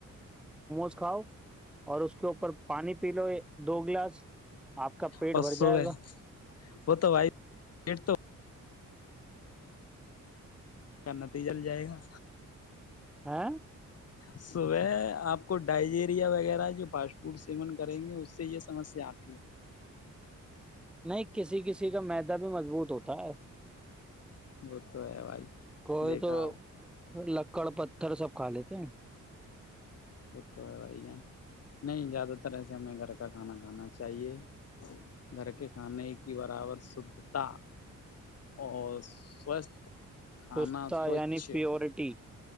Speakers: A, in the centre; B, on the left.
A: چ کاؤ <unintelligible> اور اس کے اوپر پانی پیلو دو گلاس آپ کا پیٹ
B: اور
A: بھر
B: صوب
A: جائے
B: ہے
A: گا
B: وہ تو و پ تو اس کا نتیجہ جائے گا
A: ہاں
B: صبح آپ کو ڈائجیریا وغیرہ جو فاسٹ فوڈ سیون کریں گے اس سے یہ سمسیا آتی ہے
A: نہیں کسی کسی کا میدہ بھی مضبوط ہوتا ہے
B: وہ تو ہے بھائی
A: کوئی
B: دیکھا
A: تو لکڑ پتھر سب کھا لیتے ہیں
B: وہ تو ہے بھائی جان نہیں زیادہ تر ای سے ہمیں گھر کا کھانا کھانا چاہیے گھر کے کھانے کی برابر شھتا اور سوستھ کھانا
A: سستتا
B: سوچھ
A: یعنی پیورٹی